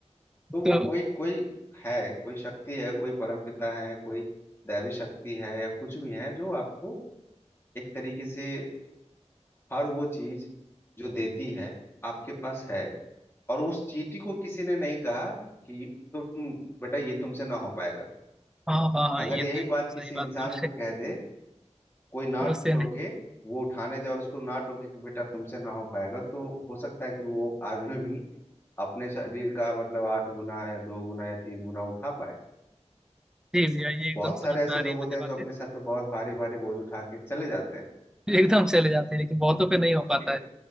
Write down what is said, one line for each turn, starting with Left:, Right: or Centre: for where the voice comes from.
Left: तो वो
Centre: तो
Left: कोई कोई है कोई शक्ति है कोई परमपिता है कोई दैवी शक्ति है या कुछ भी है जो आपको एक तरीके से हर वो चीज जो देती है आपके पास है और उस चींटी को किसी ने नहीं कहा कि तुम बेटा ये तुमसे ना हो पाएगा
Centre: हाँ हाँ हाँ
Left: अगर
Centre: ये
Left: यही
Centre: तो एकदम
Left: बात
Centre: सही
Left: किसी
Centre: बात
Left: इंसान
Centre: बोल रहे
Left: को
Centre: हैं।
Left: कह दे कोई ना
Centre: तो उससे
Left: टोके
Centre: नहीं
Left: वो उठाने जाए और उसको ना टोके कि बेटा तुमसे ना हो पाएगा तो हो सकता है कि वो आदमी भी अपने शरीर का मतलब आठ गुना या दो गुना या तीन गुना उठा पाए
Centre: जी भैया ये एकदम
Left: बहुत
Centre: समझ
Left: सारे ऐसे
Centre: में आ रही
Left: लोग
Centre: है मुझे
Left: होते
Centre: बातें
Left: हैं जो अपने सर पे बहुत भारी भारी बोझ उठा के चले जाते हैं
Centre: <laughs> एकदम चले जाते हैं लेकिन बहुतों पे नहीं हो पाता
Left: ठीक है
Centre: है